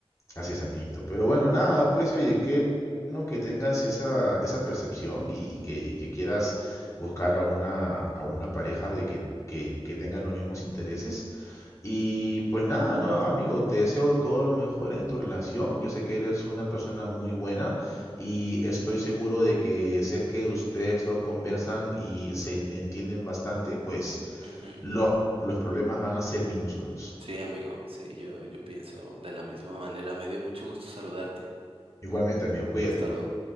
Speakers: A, on the left (about 30°); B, on the right (about 65°).
A: Así es, amiguito. Pero bueno, nada, pues oye, qué bueno que tengas esa, esa percepción y, y que, y que quieras buscar a una, a una pareja de que, que, que tengan los mismos intereses. Y pues nada, no, amigo, te deseo todo lo mejor en tu relación. Yo sé que eres una persona muy buena y estoy seguro de que si es que ustedes dos conversan y se en- entienden bastante, pues
B: Ujú.
A: los, los problemas van a ser minúsculos.
B: Sí, amigo, sí, yo, yo pienso de la misma manera. Me dio mucho gusto saludarte.
A: Igualmente, amigo, cuídate.
B: Hasta luego.